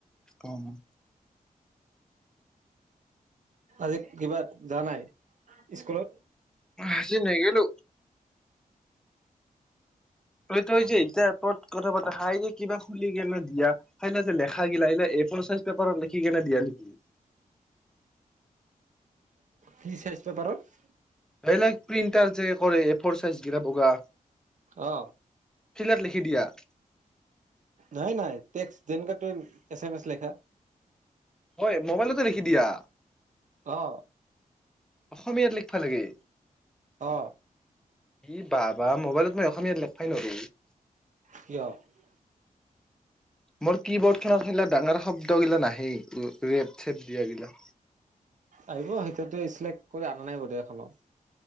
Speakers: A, in the centre; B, on the right (about 55°).
A: অ মই
B: আজি কিবা যাৱা নাই, স্কুলত?
A: আজি নেগেলো। তইটো
B: অ
A: যে এইতা এপত কথা পাতা, হাই যে কিবা শুনি কেনে দিয়া সেই যে লেখা গিলা, এগিলা এ ফৰ চাইজ পেপাৰত লিখি কেনে দিয়া নেকি?
B: কি চাইজ পেপাৰত?
A: এইবিলাক প্ৰিন্টাৰ যে এ ফৰ চাইজ গিৰা বগা
B: অ
A: ফিল্ডত লিখি দিয়া <inaudible>
B: নাই নাই টেক্স্ট, যেনেকা তুমি এছ এম এছ লেখা।
A: হয় মোবাইলতে লিখি দিয়া?
B: অহ।
A: অসমীয়াত লিখবা লাগে?
B: অ
A: ই বাবা মোবাইলত অসম লোই ন <unintelligible>
B: কিয়
A: মোৰ কি বৰ্ড খতা ডাঙৰ শব্দ গিলা নাহেই। ৰেপ চেপ দিয়া গিলা
B: আহিব এতিয়াতো চিলেক্ট কৰি অনা নাই বদখন